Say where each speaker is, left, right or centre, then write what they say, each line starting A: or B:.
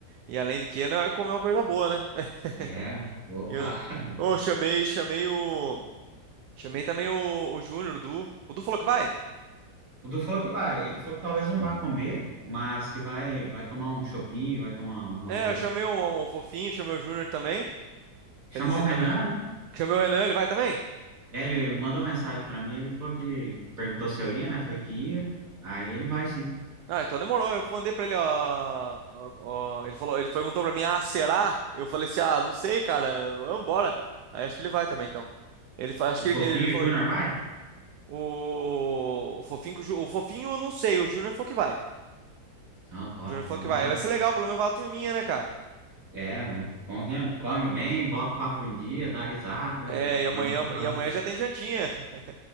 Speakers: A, on the right; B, on the right.
A: E além do que, não é comer uma coisa boa, né? <laughs>
B: É, opa.
A: E Eu,
B: <laughs>
A: Ô, chamei, chamei o. Chamei também o, o Júnior, o Du. O Du falou que vai?
B: O Du falou que vai, ele falou que talvez não vá comer, mas que vai, vai tomar um chopinho, vai tomar alguma
A: É,
B: coisa.
A: eu chamei o, o Fofinho, chamei o Júnior também. Feliz
B: Chamou
A: dia
B: o
A: também.
B: Renan, né?
A: Chamei o Renan, ele vai também?
B: É, ele mandou mensagem para mim, ele falou que perguntou se eu ia, né? Falei que ia. Aí ele vai sim.
A: Ah, então demorou. Eu mandei pra ele, ó, ó, ó, Ele falou, ele perguntou pra mim, ah, será? Eu falei assim, ah, não sei, cara. Vambora. Aí acho que ele vai também, então. Ele, fa- acho que
B: O
A: ele,
B: fofinho,
A: ele falou.
B: o Júnior vai?
A: O, o Fofinho, com o Ju- o Fofinho, eu não sei, o Júnior falou que vai. O
B: Não, top,
A: Júnior falou
B: vamos
A: que vai.
B: lá.
A: Vai ser legal, pelo menos vai a turminha, né, cara?
B: É, bom que é? come bem, bota o papo em dia, dá risada
A: É,
B: e
A: e amanhã,
B: vamos que vamos.
A: e amanhã já tem jantinha. <laughs>